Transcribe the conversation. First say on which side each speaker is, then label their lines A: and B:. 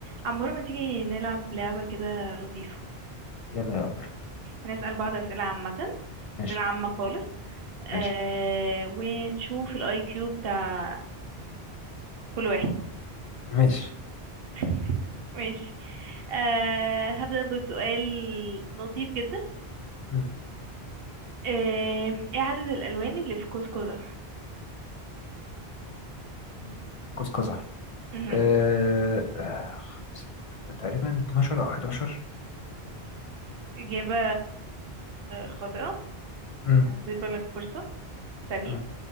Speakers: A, on the right (about 65°); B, on the left (about 55°).
A: عمورة ما تيجي نلعب لعبة كده لطيفة
B: يلا يا قمر
A: هنسأل بعض أسئلة عامة
B: ماشي
A: أسئلة عامة خالص آه
B: ماشي
A: ونشوف الاي كيو بتاع كل واحد
B: ماشي
A: <laughs> ماشي آه هبدأ بسؤال لطيف جدا
B: م-
A: آه ايه عدد الألوان اللي في قوس قزح؟
B: م. قوس قزح
A: مهم.
B: أه... آه، تقريبا 12 أو 11
A: إجابة خاطئة
B: م-
A: هسيب لك فرصة تانية
B: م.